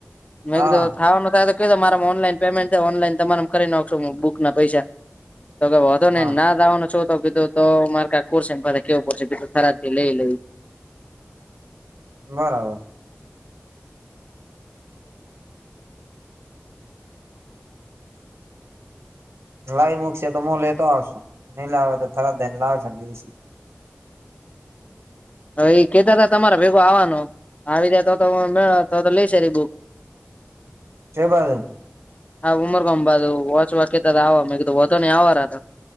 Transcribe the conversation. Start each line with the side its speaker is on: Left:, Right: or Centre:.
Left: મે
Right: હા
Left: તો થવાનું થ. તમારા ઓનલાઈન પેમેન્ટ થાય, ઓનલાઈન તમામે કરી નાખશો બુક ના પૈસા. તો કે હતો
Right: હા
Left: ને, નાદવાનો છ તો કીધું તો, મારુ શેને પ કેવું પશે, બીધું થરાથી લઈ લઈ.
Right: બરાબર. લાવ મૂકશે તો, હ લેતો આવશું નહી લાવે તો, થરજને લાવશે બીસું.
Left: હ, એ કેતા હતા, તમારા ભેગો આવવાનો આવી જાય તો, મે તો લઈશ બુક.
Right: કે બાત હ <unintelligible>
Left: હા, ઉમર ગમ બા હોચ વા આવ મેધું હોતો નહી આવવા.